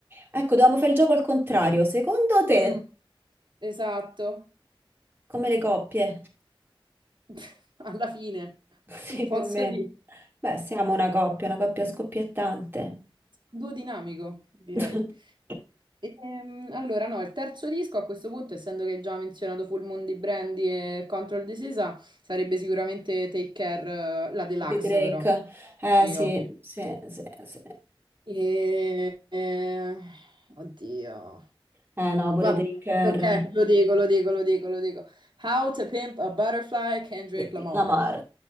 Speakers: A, on the right; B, on the right.
A: Ecco, dovevamo fare il gioco al contrario. Secondo te,
B: Mm, esatto.
A: come le coppie?
B: <laughs> alla fine,
A: Sì,
B: posso
A: più o meno.
B: dire.
A: Beh, siamo una coppia, una coppia scoppiettante.
B: Duo dinamico, direi.
A: <laughs>
B: Ehm, allora, no, il terzo disco a questo punto, essendo che hai già menzionato Full Moon di Brandy e Control the Sisa, sarebbe sicuramente Take Care, eh, la deluxe
A: Di Drake.
B: però.
A: Eh
B: Sì,
A: sì,
B: ovvio.
A: sì, sì, sì.
B: E... eh, Oddio.
A: Eh no, pure
B: Vabbè,
A: Taker,
B: ok, lo dico, lo dico, lo dico, lo dico. How to Pimp a Butterfly, Kendrick
A: de-
B: Lamar.
A: Lamar.